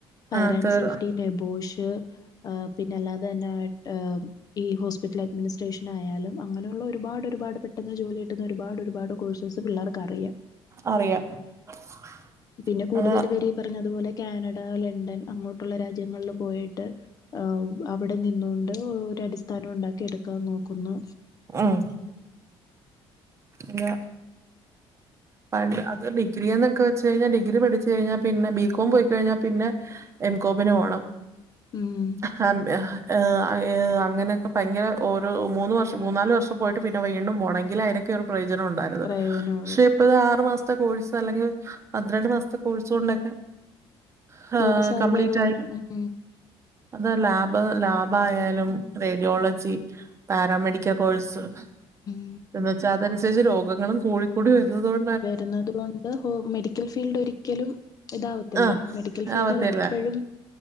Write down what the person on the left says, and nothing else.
Fire
and safety. ട്ടെ ബോഷ് ആഹ് പിന്നെ അല്ലാതെ തന്നെ ഏഹ് ഈ ഹോസ്പിറ്റൽ അഡ്മിനിസ്ട്രേഷൻ ആയാലും അങ്ങനെയുള്ള ഒരുപാടൊരുപാട് പെട്ടെന്ന് ജോലി കിട്ടുന്ന ഒരുപാടൊ രുപാട് കോഴ്സേഴ്സ് പിള്ളേർക്ക് അറിയാം.
പിന്നെ കൂടുതൽ
പേര് ഈ പറഞ്ഞതു പോലെ കാനഡ, ലണ്ടൻ അങ്ങോട്ടുള്ള രാജ്യങ്ങളിൽ പോയിട്ട് ആം അവിടെ നിന്നൊണ്ട് ഒരു അടിസ്ഥാനം ഉണ്ടാക്കി എടുക്കാൻ നോക്കുന്നു.
ഉം
പ്രയോജനമുള്ള
ജോലി സാധ്യത
ഉള്ളവര്
ഉം
ഉം
വരുന്നുന്നത് കൊണ്ട് ഹോ മെഡിക്കൽ ഫീൽഡ് ഒരിക്കലും ഇതാവത്തില്ല
മെഡിക്കൽ ഫീൽഡിൽ
എപ്പോഴും